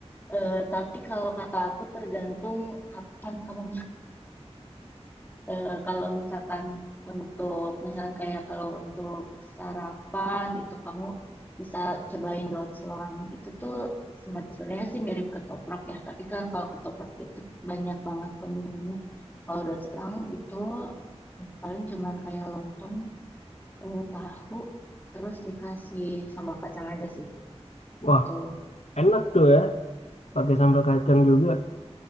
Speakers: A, on the left (about 15°); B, on the left (about 80°).
A: Eh, tapi kalau kata aku tergantung kapan kamu Eh, kalau misalkan untuk misalkan kayak kalau untuk sarapan itu kamu bisa cobain dotslang itu tuh sem- sebenarnya sih mirip ketoprak ya tapi kan kalau ketoprak itu banyak banget kondimennya kalau dotslang itu paling cuman kayak lontong eh, tahu terus dikasih sambal kacang aja sih
B: Wah,
A: itu
B: enak tuh ya, pakai sambal kacang juga.